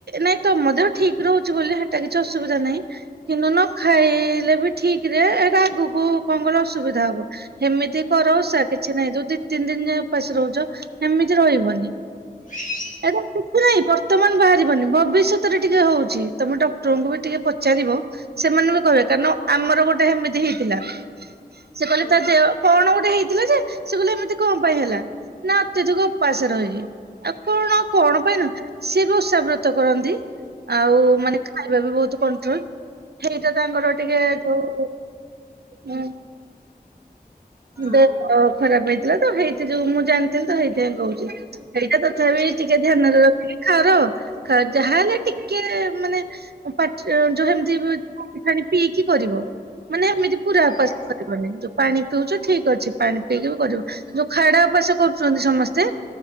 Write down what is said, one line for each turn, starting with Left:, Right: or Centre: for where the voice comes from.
Right: ନାଇଁ ତମ ଦେହ ଠିକ ରହୁଛି ବୋଲି ସେଟା କିଛି ଅସୁବିଧା ନାହିଁ। କିନ୍ତୁ ନ ଖାଇଲେ ବି ଠିକରେ ଏଇଟା ଆଗକୁ କଣ କହିଲ ଅସୁବିଧା ହବ। ଏମିତି କର ଓଷା କିଛି ନାହିଁ ଯଦି ତିନି ଦିନ ଯାଏ ଉପାସ ରହୁଛ ଏମିତି ରହିବନି।
Left: <inaudible>
Right: ଏବେ କିଛି ନାହିଁ ବର୍ତ୍ତମାନ ବାହାରିବନି ଭବିଷ୍ୟତରେ ଟିକେ ହଉଛି ତମେ ଡକ୍ଟରଙ୍କୁ ବି ଟିକେ ପଚାରିବ। ସେମାନେ ବି କହିବେ କାରଣ ଆମର ଗୋଟେ ସେମିତି ହେଇଥିଲା। ସେ କହିଲେ
Left: ହଁ
Right: ତା ଦେହ କଣ ଗୋଟେ ହେଇଥିଲା ଯେ ସେ କହିଲା ମତେ। କଣ ପାଇଁ ହେଲା ନା ଅତ୍ୟଧିକ ଉପାସେ ରହିଲେ। ଆଉ କଣ କଣ ପାଇଁନ ସିଏ ପା ଓଷାବ୍ରତ କରନ୍ତି। ଆଉ ମାନେ ଖାଇବା ବି ବହୁତ କଣ୍ଟ୍ରୋଲ। ସେଇଟା ତାଙ୍କର ଟିକେ ଯୋଉ ଉଁ ହୁଁ।
Left: ହଁ
Right: ଦେହ ଖରାପ ହେଇଥିଲା ତ ହେଇଥି ଯୋଉ ମୁଁ ଜାଣିଥିଲି ତ ହେଇଥି ପାଇଁ କହୁଛି। ଏଇଟା ତଥାପି ଟିକେ ଧ୍ୟାନରେ ରଖିକି କର ଯାହା ହେଲେ ଟିକେ ମାନେ। ଯୋଉ ସେମିତି ପାଣି ଫାଣୀ ପିଇକି କରିବ। ମାନେ ଏମିତି ପୁରା
Left: ସେଇଆ
Right: ଉପାସ କରିବନି ଯୋଉ ପାଣି ପିଉଛୁ ଠିକ ଅଛି ପାଣି ପିଇକି ବି କରିବ। ଯୋଉ ଖାଡା ଉପାସ କରୁଛନ୍ତି ସମସ୍ତେ?